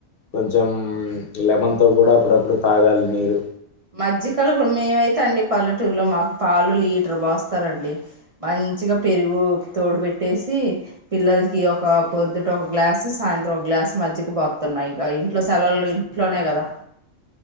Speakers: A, on the left (about 55°); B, on the right (about 55°).
A: కొంచెం లెమన్ తో కూడా అప్పుడప్పుడు తాగాలి నీరు
B: మజ్జిికలు కూడా మేమైతే అండి పల్లెటూలో మాకు పాలు లీటర్ పోాస్తారండి మంచిగా పెరుగు తోడు పెట్టేసి పిల్లలకి ఒక పొద్దుట ఒక గ్లాసు సాయంత్రం ఒక గ్లాసు మజ్జిగ పోస్తున్నాయి ఇంక ఇంట్లో సెలవులు ఇంట్లోనే కదా